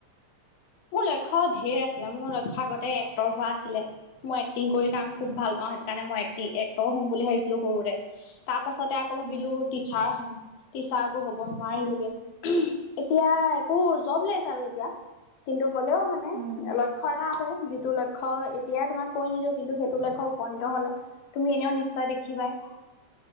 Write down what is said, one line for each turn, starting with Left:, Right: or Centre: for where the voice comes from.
Left: মোৰ লক্ষ্য ঢেৰ আছিলে মোৰ লক্ষ্য আগতে এক্টৰ হোৱা আছিলে মই এক্টিং কৰি কাৰণ খুব
Right: উম
Left: ভাল পাওঁ সেইটো কাৰণে মই এক্টিং এক্টৰ হ'ম বুলি ভাবিছিলো সৰুতে তাৰ পাছতে আকৌ ভাবিলো
Right: উম
Left: টিচাৰ হ'ম টিচাৰতটো হ'ব নোৱাৰিলোগে
Right: উম
Left: এতিয়া একো জব লেছ আৰু এতিয়া কিন্তু হ'লেও মানে
Right: উম
Left: লক্ষ্য এটা আছে যিটো লক্ষ্য এতিয়াই তোমাক কৈ নিদিও কিন্তু সেইটো লক্ষ্যত উপনীত হলে তুমি এনেও নিশ্চয় দেখিবা দেখিবাই